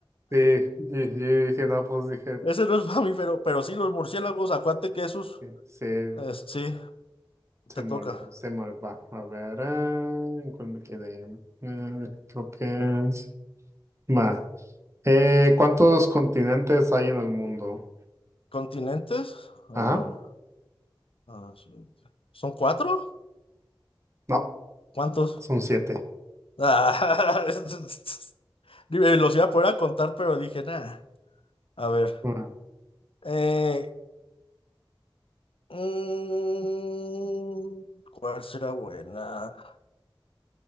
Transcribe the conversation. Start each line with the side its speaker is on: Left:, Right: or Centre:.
Right: Eh, sí, yo, yo dije, no, pues dije,
Left: <laughs> Ese no es mamífero, pero sí, los murciélagos, acuérdate que esos,
Right: eh, se,
Left: eh, sí,
Right: se
Left: te
Right: me
Left: toca.
Right: olvidó, se me va. A ver, ah, ¿en cuál me quedé? Eh, creo que... Ma. Eh, ¿cuántos continentes hay en el mundo?
Left: ¿Continentes? A
Right: Ajá.
Left: ver, ah, sí. ¿Son cuatro?
Right: No,
Left: ¿Cuántos?
Right: son siete.
Left: Ah, <laughs> dime, los iba a poder contar, pero dije, nada. A ver.
Right: Ah,
Left: eh, mm, ¿cuál será buena?